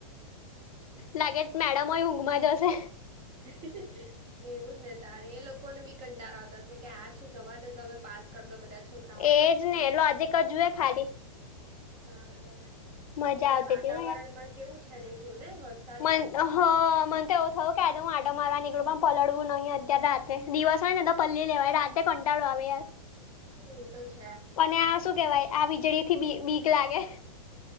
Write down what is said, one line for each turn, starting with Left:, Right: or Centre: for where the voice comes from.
Left: લાગે મેડમ હોય ઊંઘમાં જ હશે.
Right: એવું જ ને તારે એ લોકોને બી કંટાળો આવતા હશે, કે આ શું જવા દો ચાલો પાસ કરી દો બધા છોકરાઓને,
Left: એજ ને લોજિક જ જુએ ખાલી
Right: સારે
Left: મજા
Right: અત્યારે
Left: આવતી
Right: વાતાવરણ
Left: હતી
Right: પણ કેવું છે ને જો ને વરસાદ
Left: મ <unintelligible> હા મને તો એવું થયું કે આજ હું આટો મારવા નીકળું, પણ પલળવું નહીં અત્યારે રાત્રે દિવસ હોય ને તો પલ્લળી લેવાય રાતે કંટાળો આવે યારવ
Right: એ તો છે.
Left: અને આ શું કેવાય? આ વીજળી થી બીક લાગે.